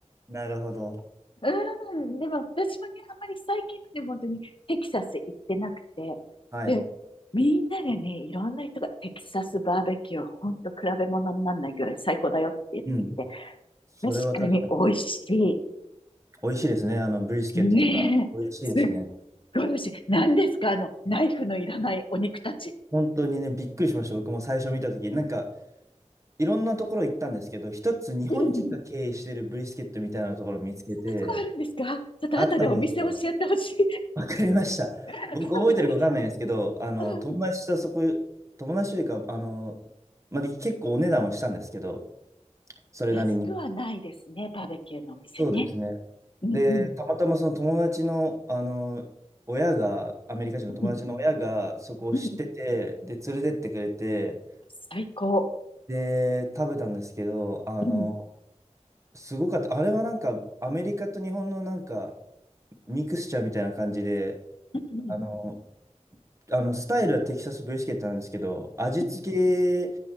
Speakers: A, on the right; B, on the left.
A: なるほど。
B: うん、でも私もね、あんまり最近まで本当にテキサス行ってなくて、
A: はい。
B: で、みんながね、いろんな人がテキサスバーベキューは本当比べ物にならないぐらい最高だよって言っていて、
A: うん。それは確かに。
B: 確かに美味し
A: 美味しいですね。あの、ブリスケットとか。
B: い。ねえ、
A: 美味しいですね。
B: すっごい美味しい。何ですかあの、ナイフのいらないお肉たち。
A: 本当にね、びっくりしました。僕も最初見たとき。なんか、いろんなところ行ったんですけど、一つ日本人が経営してるブリスケットみたいなところを見つけて、
B: うん、そんなとこあるんですかちょっと後でお店教えてほしい。
A: あったんですよ。わかりました。
B: <laughs>
A: 僕覚えてるかわかんないですけど、あの、
B: うんうん、
A: 友達とそこ、友達というか、あの、まあ、結構お値段はしたんですけど、それなりに。
B: 安くはないですね、バーベキューのお店ね。
A: そうですね。
B: うんうん、
A: で、たまたまその友達の、あの、親が、アメリカ人の友達の親がそこを知ってて、
B: うん、うんうん。
A: で、連れてってくれて、
B: 最高。
A: で、食べたんですけど、あの、
B: うん。
A: すごかった。あれはなんか、アメリカと日本のなんか、ミクスチャーみたいな感じで、
B: うんうん
A: あの、あのスタイルはテキサスブリスケットなんですけど、味付け
B: うん